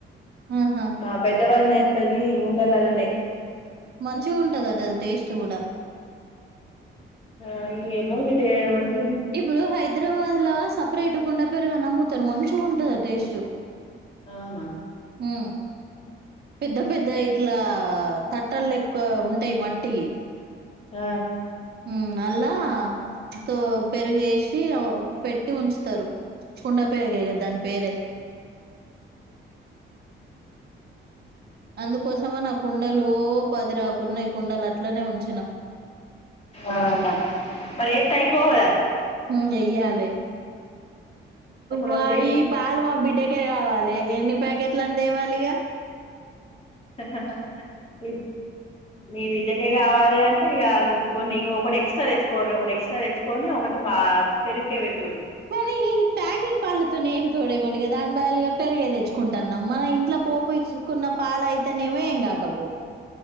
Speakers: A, on the right; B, on the left.
A: ఆహా
B: మా పెద్దవాళ్ళ నై స్తది గుండలలనే
A: మంచిగ ఉంటందట అద్ టేస్ట్ కూడా
B: ఆ ఏమో ఇక ఏమన్
A: ఇప్పుడు హైదరాబాద్ లా సపరేట్ కుండ పెరుగు నమ్ముతారు మంచిగా ఉంటది టేస్ట్ స
B: అవునా
A: ఆ పెద్ద పెద్ద ఇట్లా తట్టలెక్క ఉంటాయి మట్టి
B: ఆ
A: ఉం అల్ల తో పెరుగేసి పెట్టి ఉంచుతారు కుండా పెరుగే ఇగ దాని పేరే అందుకోసమ నా కుండలు ఓ పది రాకున్నా ఈ కుండలు అట్లనే ఉంచిన
B: ఆహా మరి ఏత్తే అయిపో కదా
A: ఉం గెయ్యాలే
B: ఒక రోజు
A: మా
B: ఎయ్యి
A: ఈ పాలు మా బిడ్డకే కావాలే ఎన్ని ప్యాకెట్లు అని దేవలిగా
B: స స మీ విద్యకే కావాలి అంటే ఇక అవి కొన్ని ఒకటి ఎక్స్ట్రా తెచ్చుకోర్రీ ఒకటి ఎక్స్ట్రా తెచ్చుకొని ఒకటి పా పెరుక్కే పెట్టుర్రి
A: కానీ ఇ ఈ ప్యాకెట్ పలుతోనే ఏం తోడేయమండి దాని బదలు ఇగ పెరిగే తెచ్చుకుంటున్నాం మా ఇ ఇట్లా పోపిచ్చుకున్న పాలయి ఇతనేవ ఎంగాకపో